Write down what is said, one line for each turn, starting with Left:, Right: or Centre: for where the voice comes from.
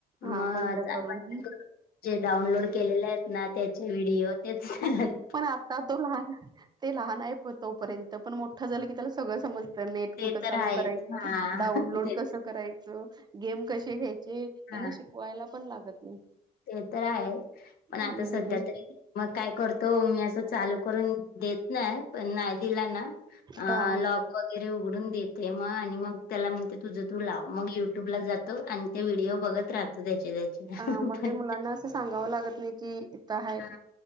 Right: हा
Left: मग
Right: बंद करून
Left: आपण जे डाउनलोड केलेले आहेत ना त्याचे व्हिडिओ तेच चालल
Right: पण आता तो लहान ते लहान आहे प तोपर्यंत पण मोठं झालं की त्याला सगळं समज तर नेट
Left: ते
Right: कुठं
Left: तर
Right: चालू
Left: आहेच
Right: करायचं
Left: हा
Right: डाउनलोड
Left: ते
Right: कसं करायचं गेम कसे घ्यायचे त्यांना
Left: हा
Right: शिकवायला पण लागत नाही
Left: ते तर आहे पण
Right: हम्म
Left: आता सध्या तरी मग काय करतो मी अस चालू करून देत नाही पण नाही दिला ना आ
Right: हा
Left: लॉक. वगैरे उघडून देते मग आणि मग त्याला म्हणते तुझं तू लाव मग युट्यूबला जात. आणि ते व्हिडिओ बघत राहतो त्याचे.
Right: अ मग
Left: पण
Right: ते मुलांना असं सांगावं लागत नाही कि इथं आहे.
Left: हा